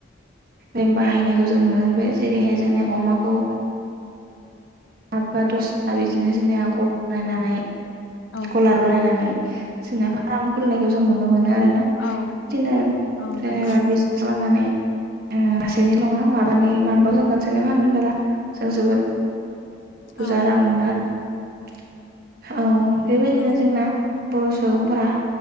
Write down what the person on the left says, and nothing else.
औ।
औ औ
नंगौ
औ
औ